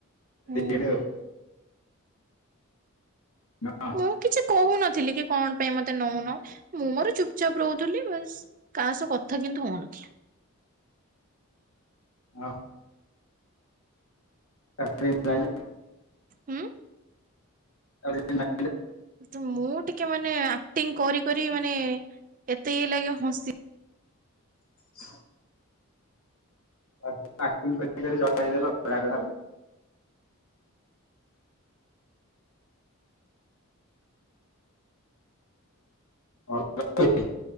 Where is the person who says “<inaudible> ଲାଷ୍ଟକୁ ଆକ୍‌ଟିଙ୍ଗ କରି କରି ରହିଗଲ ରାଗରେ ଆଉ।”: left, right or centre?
Left